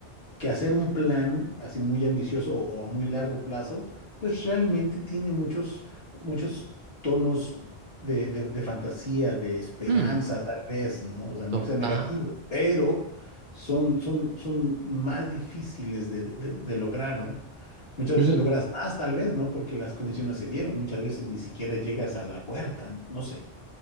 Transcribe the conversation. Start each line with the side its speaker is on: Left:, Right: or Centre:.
Left: que hacer un plan así muy ambicioso o a muy largo plazo, pues realmente tiene muchos, muchos tonos de, de- de fantasía, de esperanza,
Right: Ujú,
Left: tal vez, ¿no? O sea, no
Right: total.
Left: que sean negativos, pero son, son, son más difíciles de, de- de- lograr, ¿no? Muchas
Right: Sí,
Left: veces logras más, tal vez, ¿no? Porque las condiciones se dieron. Muchas veces ni siquiera llegas a la puerta, no No sé.